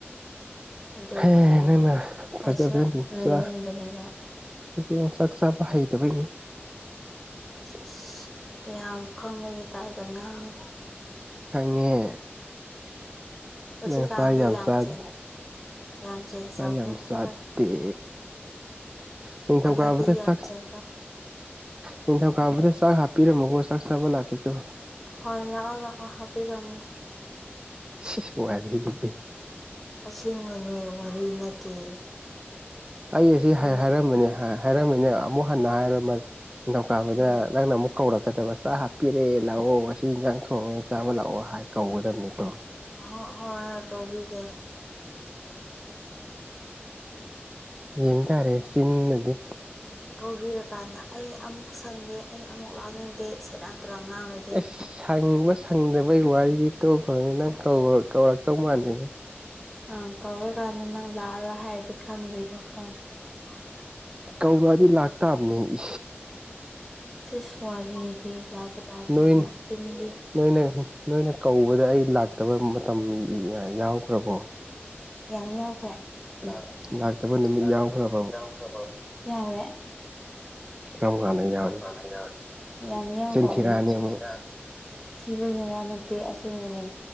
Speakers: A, in the centre; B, on the right.
A: ꯑꯗꯨꯒꯤꯅꯤꯗ
B: ꯍꯦ ꯅꯪꯅ ꯐꯖꯕꯦꯅꯤ
A: ꯑꯩꯁꯨ ꯅꯣꯏꯅꯤꯡꯕꯅꯦꯕ
B: ꯆꯥ ꯏꯗꯤꯉꯣ ꯆꯥꯛ ꯆꯥꯕ ꯍꯩꯇꯕꯩꯅꯤ
A: ꯑꯁ ꯏꯁ ꯌꯥꯝ ꯈꯪꯕꯒꯤ ꯇꯥꯏꯞꯗ ꯉꯥꯡꯅ
B: ꯈꯪꯉꯦ
A: ꯍꯧꯖꯤꯛꯀꯥꯟꯗꯤ
B: ꯅꯪ ꯆꯥ ꯌꯥꯝ ꯆꯥꯗꯦ
A: ꯆꯦꯟ ꯌꯥꯝ ꯆꯦꯟꯖ
B: ꯆꯥ
A: ꯇꯧꯈ꯭ꯔꯦ
B: ꯌꯥꯝ
A: ꯍꯟꯗꯛ
B: ꯆꯥꯗꯦ ꯅꯤꯡꯊꯧꯀꯥꯕꯗꯥ
A: ꯍꯥꯟꯅꯗꯤ ꯌꯥꯝ
B: ꯆꯥꯛꯁ
A: ꯆꯦꯟꯖ
B: ꯅꯤꯡꯊꯧꯀꯥꯕꯗ ꯆꯥꯛ ꯍꯥꯞꯄꯤꯔꯝꯃꯣꯒꯣ ꯆꯥꯛ ꯆꯥꯕ ꯂꯥꯛꯀꯦꯀꯣ
A: ꯍꯣꯏ ꯂꯥꯛꯑꯣ ꯂꯥꯛꯑꯣ ꯍꯥꯞꯄꯤꯔꯝꯒꯦ
B: ꯁꯤꯁ ꯋꯥꯔꯤꯒꯗꯤ
A: ꯑꯁꯦꯡꯕꯅꯦ ꯋꯥꯔꯤ ꯅꯠꯇꯦ
B: ꯑꯩ ꯑꯁꯤ
A: ꯃꯤꯅ
B: ꯍꯥꯏ ꯍꯥꯏꯔꯝꯕꯅꯦ ꯍꯥꯏ ꯍꯥꯏꯔꯝꯕꯅꯦ ꯑꯃꯨꯛ ꯍꯟꯅ ꯍꯥꯏꯔ ꯃꯟ ꯅꯤꯡꯊꯧꯀꯥꯕꯗ
A: ꯎꯝ
B: ꯅꯪꯅ ꯑꯃꯨꯛ ꯀꯧꯔꯛꯀꯗꯕ ꯆꯥꯛ ꯍꯥꯞꯄꯤꯔꯦ ꯂꯥꯛꯑꯣ ꯑꯁꯤ ꯏꯟꯖꯥꯡ ꯊꯣꯡꯉꯦ ꯆꯥꯕ ꯂꯥꯛꯑꯣ ꯍꯥꯏ ꯀꯧꯒꯗꯕꯅꯤꯀꯣ
A: ꯍꯣ ꯍꯣꯏ ꯀꯣꯕꯤꯒꯦ
B: ꯌꯦꯡ ꯇꯥꯔꯦ ꯆꯤꯟꯅꯗꯤ
A: ꯀꯧꯕꯤꯔꯀꯥꯟꯗ ꯑꯩ ꯑꯃꯨꯛ ꯁꯪꯗꯦ ꯑꯩ ꯑꯃꯨꯛ ꯂꯥꯛꯅꯤꯡꯗꯦ ꯁꯦꯔꯥꯟ ꯇꯨꯔꯥꯟ ꯉꯥꯡ ꯂꯩ
B: ꯑꯁ ꯁꯪꯕ ꯁꯪꯗꯕꯩ ꯋꯥꯔꯤ ꯇꯣꯛꯈ꯭ꯔꯣꯅꯦ ꯅꯪ ꯀꯧꯔꯣꯏ ꯀꯧꯔꯛꯇꯧ ꯃꯥꯟꯗꯦꯅꯦ
A: ꯑꯪ ꯀꯧꯔꯀꯥꯟꯗ ꯅꯪ ꯂꯥꯛꯑꯔꯣꯏ ꯍꯥꯏꯒꯦ ꯈꯪꯗꯣꯏꯅꯦ ꯀꯣ <unintelligible>
B: ꯀꯧꯔꯛꯑꯗꯤ ꯂꯥꯛꯇꯥꯕꯅꯦ ꯏ
A: ꯆꯤꯁ ꯋꯥꯔꯤꯗꯤ ꯂꯥꯛꯄ ꯇꯥꯕꯦ
B: ꯅꯣꯏ
A: ꯃ ꯆꯤꯟꯗꯤ
B: ꯅꯣꯏꯅ ꯅꯣꯏꯅ ꯀꯧꯕꯗ ꯑꯩ ꯂꯥꯛꯇꯕ ꯃꯇꯝ ꯌ ꯌꯥꯎꯈ꯭ꯔꯕꯣ
A: ꯌꯥꯝ ꯌꯥꯎꯈ꯭ꯔꯦ ꯂꯥꯛ
B: ꯂꯥꯛꯇꯕ ꯅꯨꯃꯤꯠ
A: ꯂꯥꯛꯇꯕ
B: ꯌꯥꯎꯈ꯭ꯔꯕꯕ
A: ꯅꯨꯃꯤꯠ ꯌꯥꯎꯈꯔ꯭ꯕꯣ ꯌꯥꯎꯋꯦ
B: ꯀꯔꯝ ꯀꯥꯟꯗ
A: ꯀꯔꯝ
B: ꯌꯥꯎꯔꯤꯕ
A: ꯀꯥꯟꯗ ꯌꯥꯎꯔꯤ ꯌꯥꯝ ꯌꯥꯎꯈ꯭ꯔꯕꯅꯦ
B: ꯆꯤꯟꯊꯤꯔꯛꯑꯅꯤ
A: ꯆꯤꯟ
B: ꯑꯃꯨꯛ
A: ꯊꯤꯔꯛ ꯑꯅꯤ ꯊꯤꯕꯒꯤ ꯋꯥ ꯅꯠꯇꯦ ꯑꯁꯦꯡꯕꯅꯦ